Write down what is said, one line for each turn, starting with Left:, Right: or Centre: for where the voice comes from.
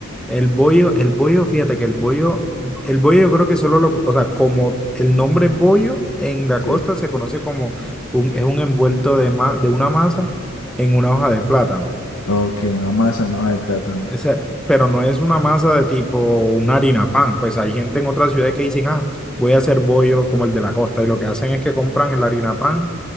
Centre: el bollo, el bollo, fíjate que el bollo, el bollo yo creo que solo lo, o sea, como el nombre bollo en la
Left: Sí.
Centre: costa se conoce como un, es un envuelto de, ma- de una masa en una hoja de plátano.
Left: Ok, una masa, una hoja de plátano.
Centre: Esa- pero no es una masa de tipo una harina pan. Pues hay gente en otras ciudades que dicen, ah, voy a hacer bollo como el de la costa. Y lo que hacen es que compran el harina pan,